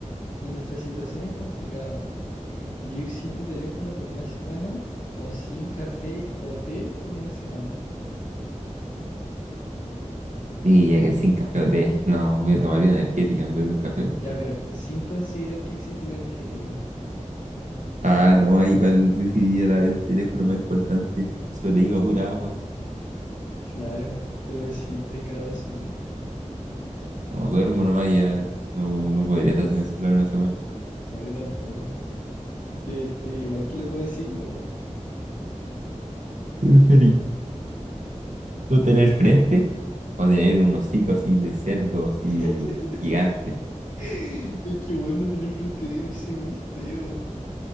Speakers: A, on the left (about 80°); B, on the right (about 75°).
A: en nuestra situación es complicado. Y ir sin tu teléfono por una semana o sin café o té por una semana.
B: Y ya que el sin café o té, no, me tomaría una energética en vez de un café o un
A: Ya,
B: té.
A: pero sin considerar que existe la energética.
B: Ah, no, igual preferiría la- el teléfono más importante. Sobrevivo a pura agua.
A: Claro, pero si te cago de sueño,
B: No, duermo nomás y ya no, no podría estar sin el celular una semana. <laughs>
A: no, yo tampoco. Que, que igual que loco decirlo, weón.
B: ¿Qué preferís? ¿No tener frente? O tener un hocico así de cerdo, así
A: <laughs>
B: gigante.
A: Es que bueno tener frente de verse muy feo,